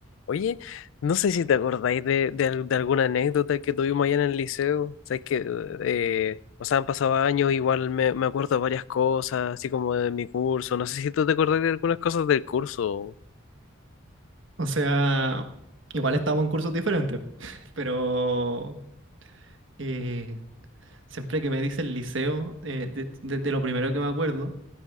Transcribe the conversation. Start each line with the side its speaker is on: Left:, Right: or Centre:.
Left: Oye, no sé si te acordáis de, de al- de alguna anécdota que tuvimos allá en el liceo. Sabes que, eh, o sea, han pasado años, igual me, me acuerdo de varias cosas, así como de mi curso. No sé si tú te acordás de algunas cosas del curso.
Right: O sea, igual estábamos en cursos diferentes, <laughs> pero eh, siempre que me dice el liceo, eh, de- desde lo primero que me acuerdo,